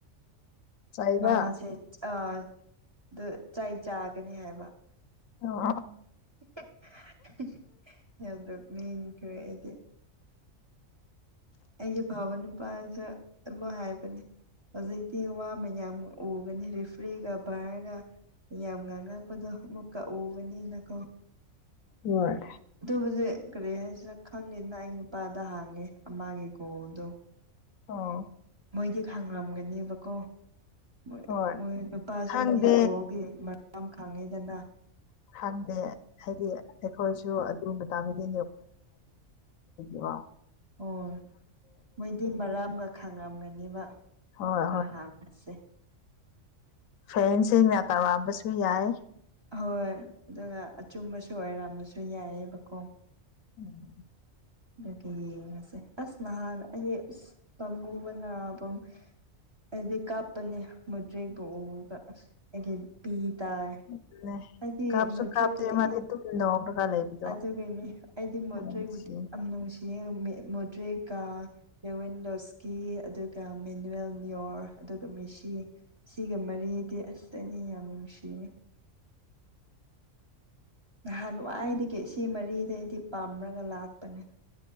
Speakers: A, on the left; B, on the right.
A: ꯆꯩꯕ
B: ꯃꯥꯁꯦ ꯑ ꯗꯨ ꯆꯩ ꯆꯥꯒꯅꯤ ꯍꯥꯏꯕ
A: ꯑꯣ
B: <unintelligible> <unintelligible> ꯑꯩꯒꯤ ꯐꯥꯕ ꯅꯨꯄꯥꯁꯨ ꯑꯃ ꯍꯥꯏꯕꯅꯦ ꯍꯧꯖꯤꯛꯇꯤ ꯋꯥ ꯃꯌꯥꯝ ꯎꯒꯅꯤ ꯔꯤꯐ꯭ꯔꯤꯒ ꯕ꯭ꯔꯒ ꯌꯥꯝ ꯉꯥꯡꯉꯛꯄꯗꯣ ꯑꯃꯨꯛꯀ ꯎꯒꯅꯤꯅꯀꯣ
A: ꯍꯣꯏ
B: ꯍꯨꯖꯤꯛ ꯀꯔꯤ ꯍꯥꯏꯁꯤꯔ ꯈꯪꯉꯤꯅ ꯑꯩꯒꯤ ꯅꯨꯄꯥꯗ ꯍꯥꯡꯉꯦ ꯑꯃꯒꯤ ꯒꯣꯜꯗꯣ
A: ꯑꯣ
B: ꯃꯣꯏꯗꯤ ꯈꯪꯔꯝꯒꯅꯤꯕꯀꯣ ꯃꯣꯏ
A: ꯍꯣꯏ
B: ꯃꯣꯏ ꯅꯨꯄꯥꯁꯤꯡꯗꯤ
A: ꯈꯪꯗꯦ
B: ꯕꯣꯜꯒꯤ ꯃꯇꯝ ꯈꯪꯉꯤꯗꯅ
A: ꯈꯪꯗꯦ ꯍꯥꯏꯗꯤ ꯑꯩꯈꯣꯏꯁꯨ ꯑ <unintelligible> ꯌꯦꯡꯗꯕꯒꯤ ꯀꯣ
B: ꯑꯣ ꯃꯣꯏꯗꯤ ꯃꯔꯥꯝꯒ ꯈꯥꯡꯉꯝꯒꯅꯤꯕ
A: ꯍꯣꯏ
B: ꯑꯃꯨꯀ ꯍꯥꯁꯦ
A: <unintelligible> ꯇꯧꯔꯝꯕꯁꯨ ꯌꯥꯏ
B: ꯍꯣꯏ ꯑꯗꯨꯒ ꯑꯆꯨꯝꯕꯁꯨ ꯑꯣꯏꯔꯝꯕꯁꯨ ꯌꯥꯏꯌꯦꯕꯀꯣ
A: ꯎꯝ
B: ꯑꯗꯨꯒꯤ ꯌꯦꯡꯑꯁꯦ ꯑ꯭ꯁ ꯅꯍꯥꯟ ꯑꯩ ꯏ꯭ꯁ ꯄꯥꯝꯃꯨꯕꯅ ꯄ ꯑꯩꯗꯤ ꯀꯥꯞꯄꯅꯦ ꯃꯨꯇ꯭ꯔꯦꯛꯕꯨ ꯎꯒ ꯑꯩꯒꯤ ꯄꯤ ꯇꯥꯏ
A: ꯑꯗꯨꯅꯦ
B: ꯑꯩꯗꯤ
A: ꯀꯥꯞꯁꯨ
B: ꯃꯨꯗ꯭ꯔꯤꯄꯨꯗꯤ
A: ꯀꯥꯞꯇꯦ ꯃꯥꯗꯤ ꯑꯗꯨꯝ ꯅꯣꯛꯔꯒ ꯂꯩꯕꯗꯣ
B: ꯑꯗꯨꯒꯤꯅꯤ ꯑꯩꯗꯤ <unintelligible>
A: ꯌꯥꯝ ꯅꯨꯡꯁꯤ
B: ꯅꯨꯡꯁꯤꯌꯦ ꯃꯨꯗ꯭ꯔꯤꯛꯀ ꯂꯦꯋꯤꯟ ꯂꯣꯁꯀꯤ ꯑꯗꯨꯒ ꯃꯦꯅꯨꯋꯦꯜ ꯅꯤꯌꯣꯔ ꯍ ꯑꯗꯨꯒ ꯃꯦꯁꯤ ꯁꯤꯒ ꯃꯔꯤꯗꯤ ꯑꯁ ꯑꯩꯗꯤ ꯌꯥꯝꯅ ꯅꯨꯡꯁꯤꯌꯦ ꯅꯍꯥꯟ ꯋꯥꯏꯗꯒꯤ ꯁꯤ ꯃꯔꯤꯗ ꯑꯩꯗꯤ ꯄꯥꯝꯔꯒ ꯂꯥꯛꯄꯅꯦ